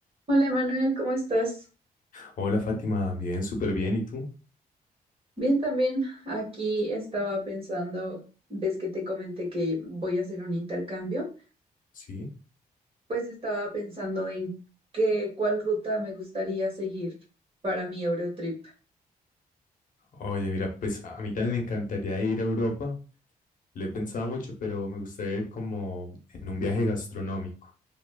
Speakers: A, on the right; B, on the left.
A: Hola Emanuel, ¿cómo estás?
B: Hola Fátima, bien, súper bien. ¿Y tú?
A: Bien también. Aquí estaba pensando, ves que te comenté que voy a hacer un intercambio,
B: Sí.
A: pues estaba pensando en qué, cuál ruta me gustaría seguir para mi Eurotrip.
B: Oye, mira, pues a mí también me encantaría ir a Europa. Lo he pensado mucho, pero me gustaría ir como en un viaje gastronómico,